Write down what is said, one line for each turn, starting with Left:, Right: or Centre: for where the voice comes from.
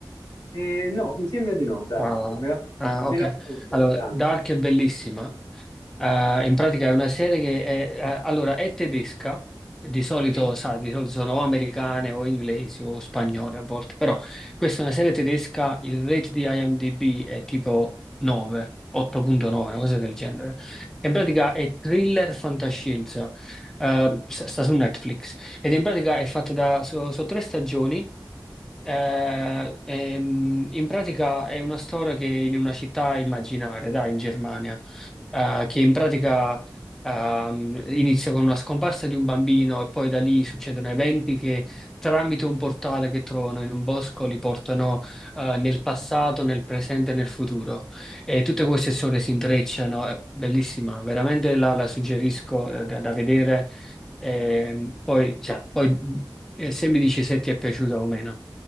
Left: e no, mi sembra di no, Dante.
Centre: Ah,
Left: Me la,
Centre: ah,
Left: me
Centre: ok.
Left: la prendo ogni
Centre: Allora,
Left: tanto.
Centre: Dark è bellissima, Eh, in pratica è una serie che è, eh, allora, è tedesca, di solito,
Left: Sì?
Centre: sai, di solito sono o americane o inglesi o spagnole a volte, però questa è una serie tedesca, il rate di IMDb è tipo 9, 8.9, una cosa del genere. In pratica è thriller fantascienza, eh, sta sta su Netflix ed in pratica è fatta da, so- so tre stagioni eh, ehm, in pratica è una storia che in una città immaginaria, dai, in Germania, eh, che in pratica ehm, inizia con una scomparsa di un bambino e poi da lì succedono eventi che tramite un portale che trovano in un bosco li portano eh, nel passato, nel presente e nel futuro. E tutte
Left: Ok,
Centre: queste storie si intrecciano, è bellissima, veramente la, la suggerisco eh, da, da vedere. Ehm, poi, cioè, poi eh, se mi dici se ti è piaciuta o meno.